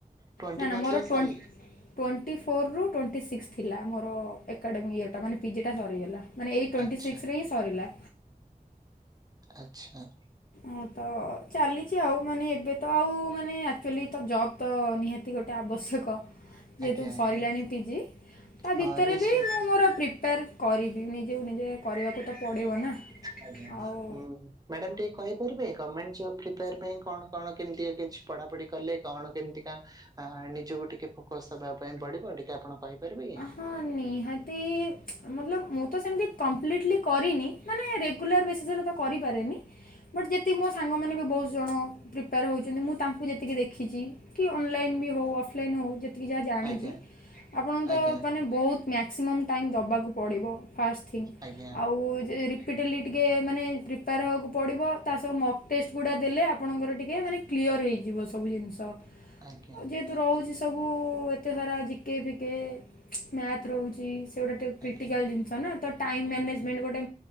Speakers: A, on the right; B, on the left.
A: ଟ୍ୱେଣ୍ଟି
B: ନା
A: ଫୋରରେ
B: ନା ମୋର ଟ୍ୱେ
A: ସରିଲା
B: ଟ୍ୱେଣ୍ଟି ଫୋର୍ରୁ ଟ୍ୱେଣ୍ଟି ସିକ୍ସ ଥିଲା ମୋର ଏକାଡେମିକ୍ ଇୟର୍ଟା ମାନେ ପିଜିଟା ସରିଗଲା। ମାନେ ଏଇ ଟ୍ୱେଣ୍ଟି
A: ଆଚ୍ଛା
B: ସିକ୍ସିରେ ହିଁ ସରିଲା।
A: ଆଚ୍ଛା
B: ହ ତ ଚାଲିଛି ଆଉ ମାନେ ଏବେ ତ ଆଉ ମାନେ ଆକ୍ଚୁଆଲି ତ ଜବ୍ ତ ନିହାତି ଗୋଟେ ଆବଶ୍ୟକ। ଯେହେତୁ
A: ଆଜ୍ଞା
B: ସରିଲାଣି
A: ଆଜ୍ଞା
B: ପିଜି ତା
A: ହଁ
B: ଭିତରେ
A: ନିଶ୍ଚିନ୍ତ
B: ବି ମୁଁ ମୋର ପ୍ରିପେୟାର୍ କରିବି ନିଜେ ନିଜେ କରିବାକୁ ତ ପଡିବ ନା।
A: ଆଜ୍ଞା
B: ଆଉ
A: ମ୍ୟାଡାମ ଟିକେ କହିପାରିବେ ଗମେଣ୍ଟ ଜବ ପ୍ରିପେୟାର ପାଇଁ କଣ କଣ କେମିତି ଆ କିଛି ପଢାପଢି କଲେ କଣ କେମତିକା ଆ ନିଜକୁ ଟିକେ ଫୋକସ ଦବା ପାଇଁ ପଡିବ ଟିକେ ଆପଣ କହିପାରିବେ କି
B: ହଁ ନିହାତି ମତଲବ ମୁଁ ତ ସେମିତି କମ୍ପ୍ଲିଟଲି କରିନି ମାନେ ରେଗୁଲାର ବେସିସ୍ରେ ତ କରିପାରେନି। ବଟ୍ ଯେତିକି ମୋ ସାଙ୍ଗମାନେ ବି ବହୁତ ଜଣ ପ୍ରିପେୟାର ହେଉଛନ୍ତି ମୁଁ ତାଙ୍କୁ ଯେତିକି ଦେଖିଛି କି ଅନଲାଇନ୍ ବି ହେଉ ଅଫଲାଇନ୍ ହେଉ ଯେତିକି ଯାହା ଜାଣିଚି
A: ଆଜ୍ଞା
B: ଆପଣ ତ
A: ଆଜ୍ଞା
B: ମାନେ ବହୁତ ମ୍ୟାକ୍ସିମମ୍ ଟାଇମ୍ ଦେବାକୁ ପଡ଼ିବ। ଫାଷ୍ଟ ଥିଙ୍ଗ
A: ଆଜ୍ଞା
B: ଆଉ ଯେ କ୍ୟାପିଟାଲିରେ ଟିକିେ ମାନେ ପ୍ରିପୋର ହେବାକୁ ପଡ଼ିବ ତାସହ ମକ୍ ଟେଷ୍ଟ ଗୁଡ଼ା ଦେଲେ ଆପଣଙ୍କର ଟିକେ ମାନେ କ୍ଲିଅର ହେଇଯିବ ସବୁ ଜିନିଷ ଆଉ
A: ଆଜ୍ଞା
B: ଯେହେତୁ
A: ଆଜ୍ଞା
B: ରହୁଛି ସବୁ ଏତେ ସାରା ଜିକେ ଫିକ କେ ମ୍ୟାଥ ରହୁଚି। ଜୋଉଟା କ୍ରିଟିକାଲ୍
A: ଆଜ୍ଞା
B: ଜିନିଷ ନା ତ ଟାଇମ ମ୍ୟାନେଜମେଣ୍ଟ
A: ଆଜ୍ଞା
B: ଗୋଟେ